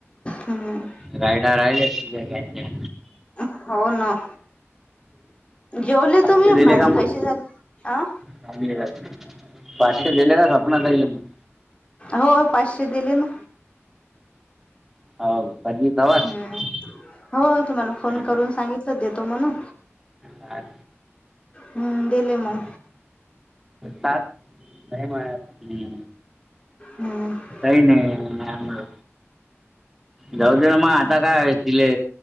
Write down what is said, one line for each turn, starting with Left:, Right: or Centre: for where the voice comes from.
Left: हम्.
Centre: रायडा राहिले असतील्या घ्यायच्या.
Left: हो ना? जेवले
Centre: पाचशे
Left: तुम्ही?
Centre: दिले
Left: भाजी
Centre: का मग
Left: कशी झाली? आ?
Centre: चांगली झालती. पाकीट दिल का? स्वप्नाताईला मग --
Left: हो पाचशे दिले ना.
Centre: हो <unintelligible>
Left: हम्म. हो तुम्हाला फोन
Centre: हम्म
Left: करून सांगितलं देतो म्हणून.
Centre: सात
Left: हं दिले मग.
Centre: टाक. नाही माया सपली.
Left: हम्
Centre: काही नाही नॉर्मलं जाऊद्या ना मग आता काय तिले